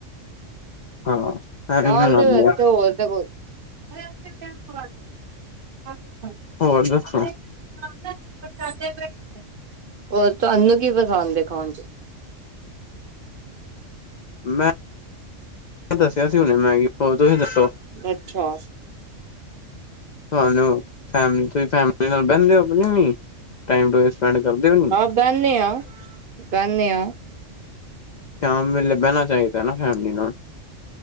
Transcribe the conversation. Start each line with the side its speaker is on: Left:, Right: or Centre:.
Left: ਹਾਂ ਫੈਮਲੀ
Right: ਹਾਂ ਹੋਰ
Left: ਨਾਲ
Right: ਤੇ
Left: ਆਉਂਦੇ ਆ
Right: ਕੋਈ- <unintelligible>
Left: ਹੋਰ ਦੱਸੋ
Right: ਹੋਰ ਤੁਵਾਂਨੂੰ ਕੀ ਪਸੰਦ ਏ, ਖਾਣ'ਚ?
Left: ਮੈਂ ਦੱਸਿਆ ਸੀ ਹੁਣੇ ਮੈਗੀ। ਹੋਰ, ਤੁਸੀ ਦੱਸੋ?
Right: ਅਛਾ।
Left: ਤੁਹਾਨੂੰ ਫੈਮ ਤੁਸੀਂ ਫੈਮਲੀ ਨਾਲ ਬਹਿੰਦੇ ਹੋ ਕੀ ਨੀ, ਟਾਈਮ ਤੁਸੀ ਸਪੈਂਡ ਕਰਦੇ ਹੋ, ਨਹੀ?
Right: ਬਹਿਨੇ ਆਂ-ਬਹਿਨੇ ਆਂ।
Left: ਸ਼ਾਮ ਵੇਲੇ ਬਹਿਣਾ ਚਾਹੀਦਾ ਨਾ, ਫੈਮਲੀ ਨਾਲ।